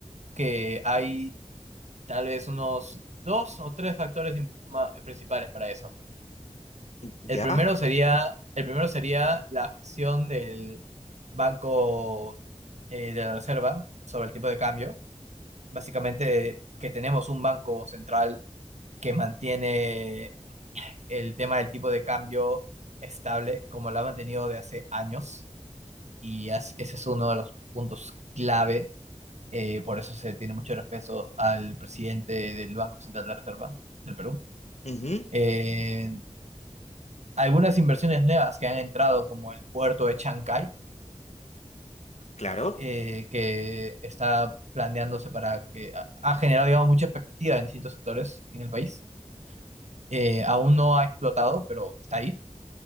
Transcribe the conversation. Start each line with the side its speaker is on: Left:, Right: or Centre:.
Right: que hay tal vez unos dos o tres factores im- ma- principales para eso.
Left: ¿Ya?
Right: El primero sería, el primero sería la gestión del Banco eh, de la Reserva sobre el tipo de cambio. Básicamente que tenemos un banco central que mantiene el tema del tipo de cambio estable como lo ha mantenido de hace años y as- ese es uno de los puntos clave, eh, por eso se tiene mucho respeto al presidente del Banco Central de la Reserva del Perú.
Left: Ujú,
Right: Eh, algunas inversiones nuevas que han entrado como el puerto de Chancay,
Left: Claro,
Right: eh, que está planeándose para que ha ha generado, digamos, mucha expectativa en distintos sectores en el país. Eh, aún no ha explotado, pero está ahí